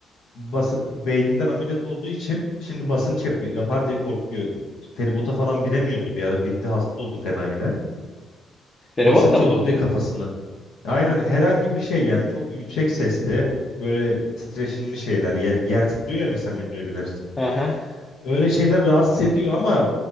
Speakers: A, on the left; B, on the left.
A: bas, beyninden ameliyat olduğu için şimdi basınç yapı- yapar diye korkuyor. Feribota falan binemiyordu bir ara. Bindi hasta oldu fena yine.
B: Feribot
A: basınç
B: da mı
A: olur
B: bozuyor?
A: diye kafasını. Aynen herhangi bir şey yani çok yüksek sesli böyle titreşimli şeyler ye- yer titriyor ya mesela metroya binersin.
B: Aha.
A: Öyle şeyler rahatsız ediyor ama